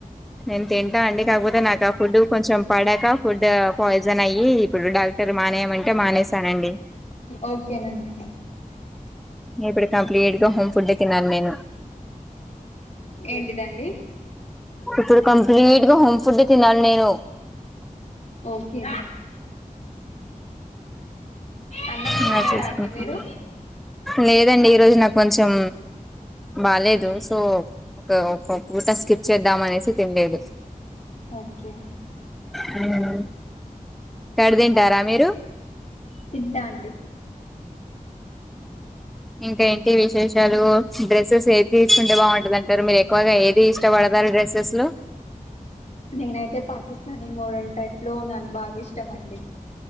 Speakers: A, in the centre; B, on the left.
A: నేను తింటా అండి కాకపోతే నాకు ఆ ఫుడ్ కొంచెం పడక ఫుడ్ పాయిజన్ అయ్యి ఇప్పుడు డాక్టర్ మానేయమంటే మానేసానండి
B: ఓకేనండి
A: ఇప్పుడు కంప్లీట్ గా హోమ్ ఫుడ్ తినాలి నేను
B: ఏంటిదండి
A: ఇప్పుడు కంప్లీట్ గా హోమ్ ఫుడ్ తినలి నేను
B: ఓకే అన్నం తిన్నారా
A: అలా చేసుకుంటా
B: అండి మీరు
A: లేదండి ఈరోజు నాకు కొంచెం బాలేదు సో ఒక ఒక పూట స్కిప్ చేద్దాం అనేసి తిన్లేదు
B: ఓకే
A: హ్మ్మ్ కఢ్ తింటారా మీరు
B: తింటా అండి
A: ఇంకా ఏంటి విశేషాలు డ్రెస్సెస్ ఏది తీసుకుంటే బాగుంటదింటారు మీరు ఎక్కువగా ఏది ఇష్టపడ డ్రెస్సెస్ లో
B: నేనైతే పాకిస్తానీ మోడల్ టైప్ లో నాకు బాగా ఇష్టం అండి